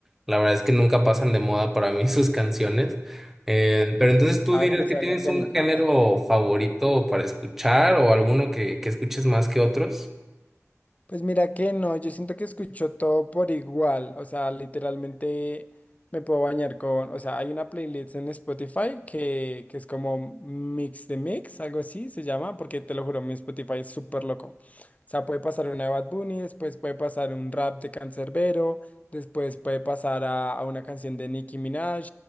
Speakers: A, in the centre; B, on the left.
A: la verdad es que nunca pasan de moda para mí <laughs> sus canciones. Eh, pero entonces tú
B: Ah,
A: dirías
B: es que son
A: que tienes
B: icónicas.
A: un género favorito para escuchar o alguno que, que escuches más que otros.
B: Pues mira que no, yo siento que escucho todo por igual, o sea, literalmente me puedo bañar con, o sea, hay una playlist en Spotify que, que es como Mix de Mix, algo así se llama, porque te lo juro, mi Spotify es súper loco. O sea, puede pasar una de Bad Bunny, después puede pasar un rap de Canserbero, después puede pasar a, a una canción de Nicki Minaj,